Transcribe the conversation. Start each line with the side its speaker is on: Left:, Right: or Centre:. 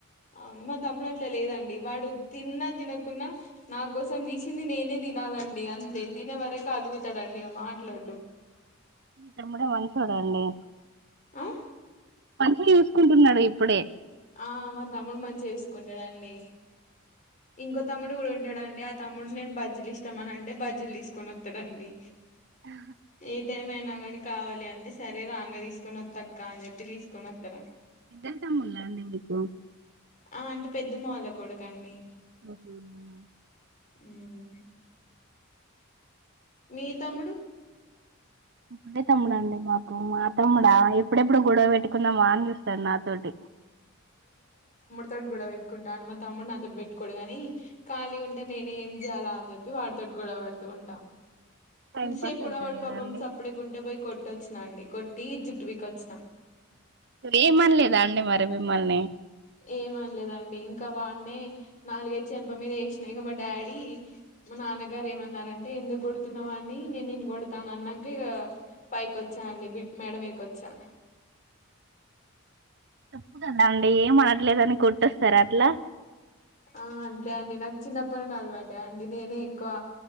Left: అవున్ మా తమ్ముడట్ల లేదండి వాడు తిన్నా తినకున్నా నా కోసం తీసింది నేనే తినాలండి అంతే తినే వరకు అలుగుతడండి ఇగ మాట్లాడడు
Right: మీ తమ్ముడే మంచోడండి
Left: ఆ
Right: మంచిగ చూసుకుంటున్నాడిప్పుడే
Left: ఆ మా తమ్ముడు మంచిగా చూసుకుంటాడు అండి ఇంకో తమ్ముడు కూడా ఉంటాడండి ఆ తమ్ముడు నేన్ బజ్జీలు ఇష్టమని అంటే బజ్జీలు దిసుకొని వస్తాడండి
Right: హ్
Left: ఏ టీం అయిన కానీ కావాలి అంటే సరే రాగా తీసుకుని ఓత్తక్క అని జేప్పి తీసుకుని వస్తాడు
Right: ఇద్దరు తమ్ముళ్ళా అండి మీకు
Left: ఆ పెద్దమ్మ వాళ్ల కొడుకు అండి
Right: అహ ఔన
Left: మ్ మీ తమ్ముడు
Right: ఒకడే తమ్ముడండి మాకు మ తమ్ముడా ఎప్పుడెప్పుడు గొడవ వెత్తుకుందామా అని చూస్తాడు నాతోటి
Left: తోట్ గొడవ వెట్టుకుంటాండు మా తమ్ముడు నాతోటి పెట్టుకోడు గాని కాలిగుంటే నేనే ఏం జేయాలా అని జేప్పి వాడితోట్ గొడవ పడుతూ ఉంటా
Right: టైం
Left: ఇంతసేపు
Right: పాస్
Left: గూడా
Right: అయితది
Left: వాడు
Right: కదండి
Left: పాపం సప్పుడ్డేడ్కుంటే పోయి కొట్టొచ్చినా అండి కొట్టి జుట్టుపికొచ్చినా
Right: ఏమనలేదా అండి మరి మిమ్మల్ని
Left: ఏమనలేదండి ఇంక వాడ్నే నాలుగైదు చెంప మీదేశిన ఇగ మా డాడీ మా నాన్నగారు ఏమన్నారంటే ఎందుక్ గొడుతున్నావ్ వాన్ని నేన్ నిన్ను గోడ్తా అని అన్నాక ఇగ పైకోచ్చా అండి బి మేడ మీదికోచ్చా
Right: తప్పు గదా అండి ఏం అనట్లేదని కొట్టేస్తారా అట్లా
Left: ఆ అంతే అండి నక్ చిన్నప్పటి నుండీ అలవాటే అండి నేనే ఎక్కువ